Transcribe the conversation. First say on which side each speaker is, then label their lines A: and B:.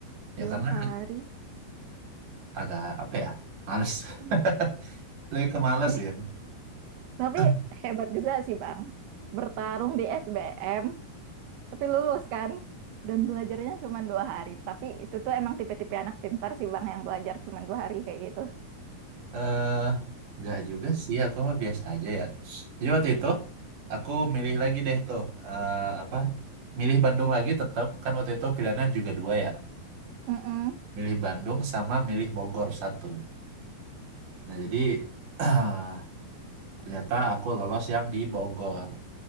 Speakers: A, on the right; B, on the right.
A: Dua
B: Ya karena
A: hari.
B: agak apa ya, males. <laughs> Lebih ke males
A: Eh,
B: ya.
A: tapi
B: <clears throat>
A: hebat juga sih, Bang. Bertarung di SBM, tapi lulus kan? Dan belajarnya cuma dua hari. Tapi itu tuh emang tipe-tipe anak pintar sih, Bang, yang belajar cuma dua hari kayak gitu.
B: eh nggak juga sih, aku mah biasa aja ya. Jadi waktu itu aku milih lagi deh tuh eh, apa? Milih Bandung lagi tetap kan waktu itu pilihannya juga dua ya.
A: Mm-mm.
B: Milih Bandung sama milih Bogor satu. Nah jadi <clears throat> ternyata aku lolos yang di Bogor.